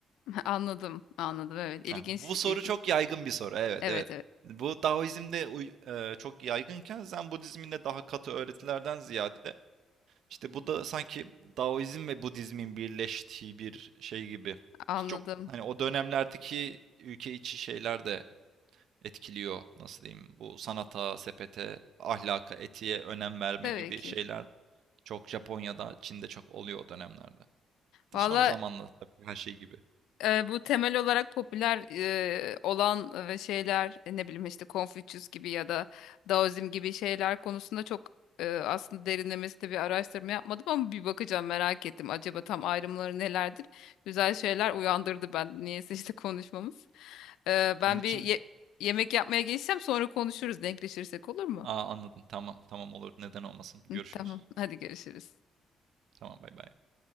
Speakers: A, on the left; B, on the right.
A: <laughs> Anladım, anladım. Evet, ilginç,
B: Ha, bu soru
A: ilginç.
B: çok yaygın bir soru. Evet,
A: Evet,
B: evet.
A: evet,
B: Bu Daoizm'de uy- e, çok yaygınken Zen Budizminde daha katı öğretilerden ziyade işte bu da sanki Daoizm ve Budizmin birleştiği bir şey gibi.
A: anladım.
B: Ki çok hani o dönemlerdeki ülke içi şeyler de etkiliyor. Nasıl diyeyim? Bu sanata, sepete, ahlaka, etiğe önem verme
A: Tabii
B: gibi
A: ki.
B: şeyler çok Japonya'da, Çin'de çok oluyor o dönemlerde. De
A: Valla
B: sonra zamanla tabii ki her şey gibi.
A: e, bu temel olarak popüler e, olan e, şeyler e, ne bileyim işte Confucius gibi ya da Daoizm gibi şeyler konusunda çok e, aslında derinlemesine bir araştırma yapmadım ama bir bakacağım merak ettim. Acaba tam
B: Hı hı.
A: ayrımları nelerdir? Güzel şeyler uyandırdı ben niyeyse işte konuşmamız. E,
B: Evet,
A: ben
B: bunun için
A: bir ye- yemek yapmaya geçsem sonra konuşuruz denkleşirsek olur mu?
B: Aa, anladım. Tamam, tamam olur. Neden olmasın? Görüşürüz.
A: Hı, Tamam hadi görüşürüz.
B: Tamam, bay bay.